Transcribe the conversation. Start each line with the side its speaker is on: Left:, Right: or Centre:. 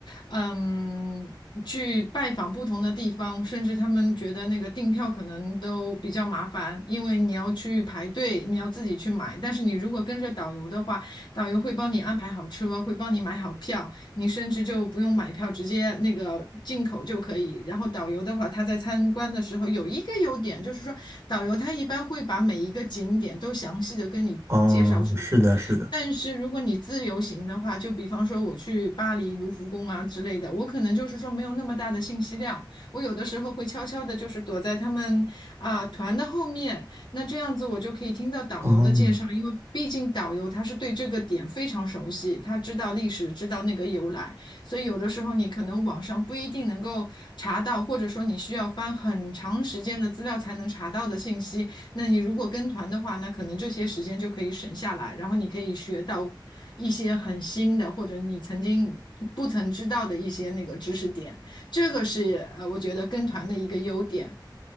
Left: 嗯。去拜访不同的地方，甚至他们觉得那个订票可能都比较麻烦，因为你要去排队，你要自己去买。但是你如果跟着导游的话，导游会帮你安排好车，会帮你买好票，你甚至就不用买票，直接那个进口就可以。然后导游的话，他在参观的时候有一个优点，就是说导游他一般会把每一个景点都详细的跟你介绍出来。
Right: 嗯，是的，是的。
Left: 但是如果你自由行的话，就比方说我去巴黎卢浮宫啊之类的，我可能就是说没有那么大的信息量，我有的时候会悄悄的，就是躲在他们啊、团的后面，那这样子我就可以听到导游的介绍，
Right: 嗯。
Left: 因为毕竟导游他是对这个点非常熟悉，他知道历史，知道那个由来，所以有的时候你可能网上不一定能够查到，或者说你需要翻很长时间的资料才能查到的信息。那你如果跟团的话，那可能这些时间就可以省下来，然后你可以学到一些很新的，或者你曾经不曾知道的一些那个知识点。这个是呃，我觉得跟团的一个优点。